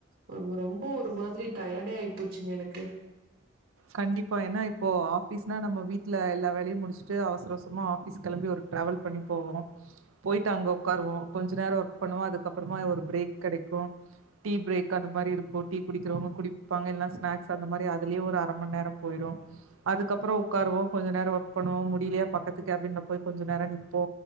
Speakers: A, on the right; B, on the right.
A: ஒ ரொம்ப ஒரு மாதுரி டயடே ஆயி போச்சுங்க எனக்கு
B: கண்டிப்பா ஏன்னா இப்போ ஆஃபீஸ்னா நம்ம வீட்டல எல்லா வேலையு முடிச்ட்டு அவசரவசமா ஆஃபீஸ் கிளம்பி ஒரு ட்ரேவல் பண்ணி போவோ போயிட்டு அங்க உக்காருவோ கொஞ்ச நேர ஒர்க் பண்ணுவோ அதுக் அப்றமா ஒரு பிரேக் கடைக்கு டீ பிரேக் அந்த மாரி இருக்கு டீ குடிக்கிறவ்ங்க குடிப்பாங்க எல்லா ஸ்நேக் சா அந்த மாரி அதுலயே ஒரு நேர போயிரு அதுக்கப்பறோ உக்காருவோ கொஞ்ச நேர ஒர்க் பண்ணுவோ முடியலையா பக்கத்து கேபின்ல போய் கொஞ்ச நேரம் நிப்போ